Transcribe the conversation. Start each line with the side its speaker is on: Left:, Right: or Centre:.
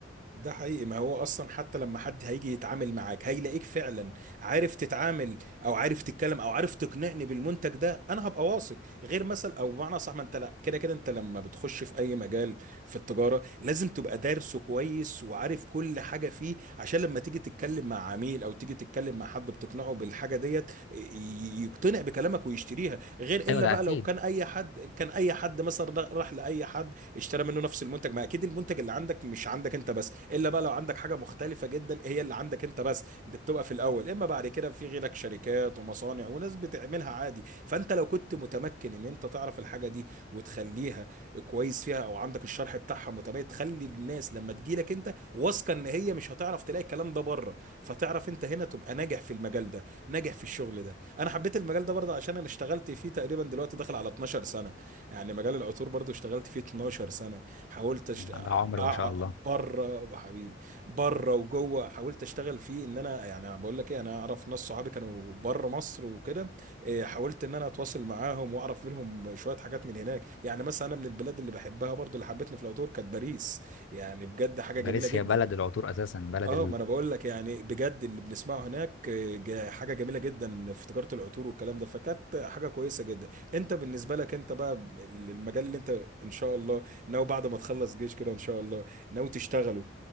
Right: ده حقيقي ما هو اصلا حتى لما حد هيجي يتعامل معاك هيلاقيك فعلا عارف تتعامل او عارف تتكلم او عارف تقنعني بالمنتج ده انا هبقى واثق غير مثلا او بمعنى صح ما انت لا كده كده انت لما بتخش في اي مجال في التجاره لازم تبقى دارسه كويس وعارف كل حاجه فيه عشان لما تيجي تتكلم مع عميل او تيجي تتكلم مع حد بتقنعه بالحاجه ديت ي- يقتنع بكلامك ويشتريها غير الا
Left: ايوه ده
Right: بقى
Left: اكيد
Right: لو كان اي حد كان اي حد مثلا راح لاي حد اشترى منه نفس المنتج ما اكيد المنتج اللي عندك مش عندك انت بس الا بقى لو عندك حاجه مختلفه جدا هي اللي عندك انت بس دي بتبقى في الاول اما بعد كده في غيرك شركات ومصانع وناس بتعملها عادي فانت لو كنت متمكن ان انت تعرف الحاجه دي وتخليها كويس فيها او عندك الشرح بتاعها متميز تخلي الناس لما تجيلك انت واثقه ان هي مش هتعرف تلاقي الكلام ده بره فتعرف انت هنا تبقى ناجح في المجال ده ناجح في الشغل ده انا حبيت المجال ده برضه عشان انا اشتغلت فيه تقريبا دلوقتي داخل على 12 سنه يعني مجال العطور برضه اشتغلت فيه 12 سنه حاولت أشت...
Left: مم. ده عمر
Right: أع...
Left: ما شاء الله
Right: بره حبيبي بره وجوه حاولت اشتغل فيه ان انا يعني بقول لك ايه انا اعرف ناس صحابي كانوا بره مصر وكده إيه، حاولت ان انا اتواصل معاهم واعرف منهم شويه حاجات من هناك يعني مثلا انا من البلاد اللي بحبها برضو اللي حبتني في العطور كانت باريس يعني بجد حاجه
Left: باريس
Right: جميله جدا
Left: هي بلد العطور اساسا بلد
Right: اه ما انا بقول لك يعني بجد اللي بنسمعه هناك آه، جا- حاجه جميله جدا في تجاره العطور والكلام ده فكانت حاجه كويسه جدا انت بالنسبه لك انت بقى ب- المجال اللي انت ان شاء الله ناوي بعد ما تخلص جيش كده ان شاء الله ناوي تشتغله